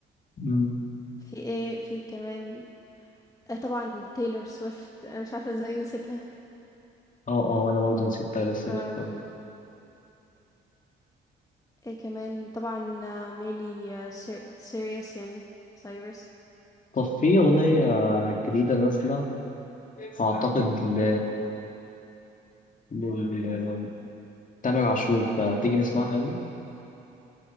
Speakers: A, on the left (about 40°); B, on the left (about 15°).
A: مم.
B: في ايه في كمان آه، طبعا تايلور سويفت انا مش عارفه ازاي نسيتها
A: اه اه وأنا برضه نسيت تايلر سويفت
B: أم...
A: برضه
B: ايه كمان طبعا آه، ميلي آه، سير... سيريس يعني سايرس
A: طب في أغنية
B: أم...
A: جديدة نازلة أعتقد ل... لل تامر عاشور فتيجي نسمعها